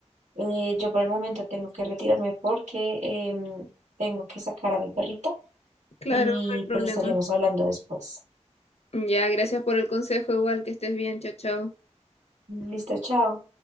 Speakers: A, on the right; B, on the left.
A: Eh, yo por el momento tengo que retirarme porque em, tengo que sacar a mi perrita
B: Claro,
A: y
B: no hay problema.
A: pues estaríamos hablando después.
B: Ya, gracias por el consejo, igual que estés bien, chao, chao.
A: Listo, chao.